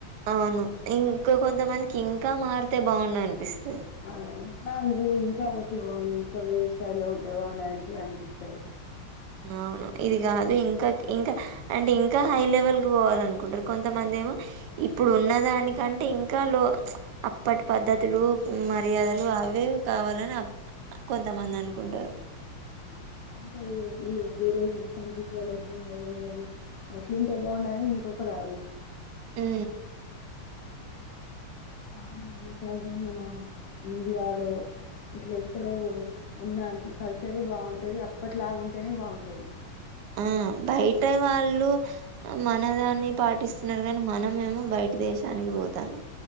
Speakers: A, on the right (about 70°); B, on the left (about 65°).
A: అవును ఇంకా కొంతమందికి ఇం ఇంకా మారితే బాగుండు అనిపిస్తది
B: ఆ ఇంకా నువ్వు ఇంకా పోతే బాగుండు ఇంకా వేరే స్థాయిలో ఉంటే బాగుండు అనేసి అనిపిస్తది
A: అవును ఇది కాదు ఇంకా ఇంకా అంటే ఇంకా హై లెవెల్ కి పోవాల అనుకుంటరు కొంతమందేమో ఇప్పుడు ఉన్న దానికంటే ఇంకా <unintelligible> అప్పటి పద్ధతులు మర్యాదలు అవే కావాలని కొంతమంది అనుకుంటారు
B: ఉమ్ ఇంకా ఈ వేరేది పండితు వాళ్ళు ఎట్లున్న ఉన్నది అట్లుంటే బాగుండని ఇంకొక రా
A: ఆ
B: కానీ ఎంతైనా మన ఇండియాలో ఇట్లా ఎక్కడ ఉన్న కల్చరే బాగుంటది అప్పట్లాగా ఉంటేనే బాగుంటది
A: ఆ బయట వాళ్ళు మనదాన్ని పాటిస్త కానీ మనంమేమో బయట దేశానికి పోతానం